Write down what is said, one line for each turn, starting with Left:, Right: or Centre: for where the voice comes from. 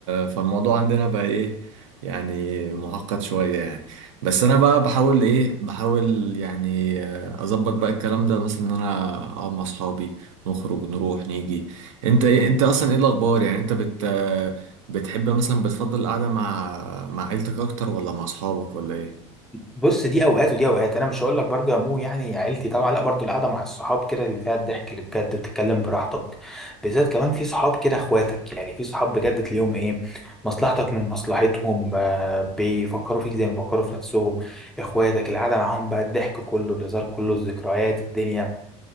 Right: فالموضوع عندنا بقى ايه يعني معقد شوية يعني بس انا بقى بحاول ايه بحاول يعني آه، اظبط بقى الكلام ده مثلا ان انا اقعد مع اصحابي نخرج نروح نيجي انت ايه انت اصلا ايه الاخبار يعني انت بت آه، بتحب مثلا بتفضل القعدة مع مع عيلتك اكتر ولا مع اصحابك ولا ايه
Centre: بص دي اوقات ودي اوقات انا مش هقول لك برضه يا مو يعني عيلتي طبعا لا برضه القعده مع الصحاب كده اللي فيها الضحك اللي بجد بتتكلم براحتك بالذات كمان في صحاب كده اخواتك يعني في صحاب بجد تلاقيهم ايه مصلحتك من مصلحتهم آه بيفكروا فيك زي ما بيفكروا في نفسهم اخواتك القعده معاهم بقى الضحك كله الهزار كله الذكريات الدنيا